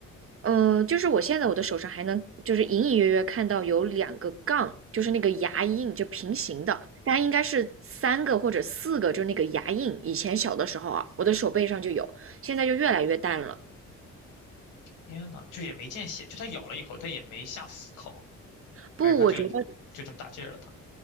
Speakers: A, on the right (about 45°); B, on the left (about 85°).
A: 呃，就是我现在我的手上还能，就是隐隐约约看到有两个杠，就是那个牙印，就平行的，大概应该是三个或者四个，就是那个牙印。以前小的时候啊，我的手背上就有，现在就越来越淡了。
B: 天呐，就也没见血，就它咬了一口，但也没下死口，还是它就就这么大劲儿了它？
A: 不，我觉得